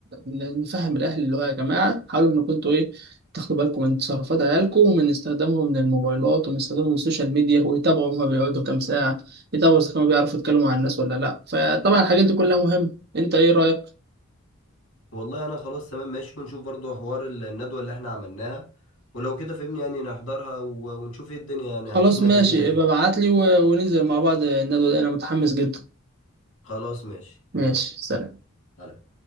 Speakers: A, on the right; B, on the left.
A: نفهم الاهل اللي هو يا جماعه حاولوا انكم انتوا ايه تاخدوا بالكم من تصرفات عيالكم ومن استخدامهم للموبايلات ومن استخدامهم للسوشيال ميديا ويتابعوا هما بيقعدوا كام ساعه في طبعا إذا كانوا بيعرفوا يتكلموا مع الناس ولا لأ فطبعا الحاجات دي كلها مهمة أنت إيه رأيك؟
B: والله انا خلاص تمام ماشي ونشوف برضو حوار ال- الندوة اللي احنا عملناها ولو كده فهمني يعني نحضرها و- ونشوف ايه الدنيا يعني
A: خلاص
B: هنشوف نتيجتها
A: ماشي
B: ايه
A: ابقى ابعتلي و... وننزل مع بعض الندوة دي أنا متحمس جدا
B: خلاص ماشي
A: ماشي
B: يلا
A: سلام
B: سلام.